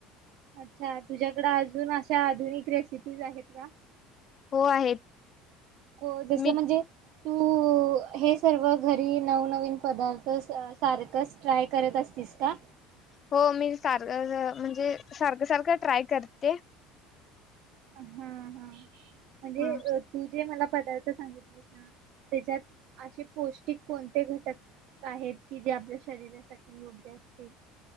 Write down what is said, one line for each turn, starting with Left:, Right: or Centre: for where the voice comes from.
Right: अच्छा तुझ्याकडे अजून अशा आधुनिक रेसिपीज आहेत का?
Left: हो आहेत.
Right: को जसं
Left: मी
Right: म्हणजे तू हे सर्व घरी नव-नवीन पदार्थ सारखंच ट्राय करत असतीस का?
Left: हो मी सारं म्हणजे सारखं सारखं ट्राय करते.
Right: हम् हम! म्हणजे
Left: ह
Right: तु जे मला पदार्थ सांगितलीस ना? त्याच्यात असे पौष्टिक कोणते घटक आहेत? कि जे आपल्या शरीरासाठी योग्य अस तील